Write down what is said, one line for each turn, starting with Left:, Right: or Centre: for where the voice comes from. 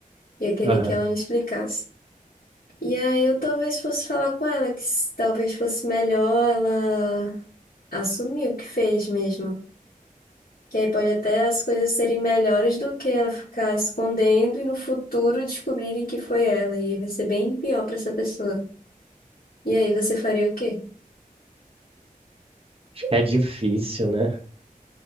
Left: Eu queria
Right: Aham.
Left: que ela me explicasse. E aí eu talvez fosse falar com ela, que s- talvez fosse melhor ela assumir o que fez mesmo. Que aí pode até as coisas serem melhores do que ela ficar escondendo e no futuro descobrirem que foi ela. E aí vai ser bem pior pra essa pessoa. E aí você faria o quê?
Right: Acho que É difícil, né?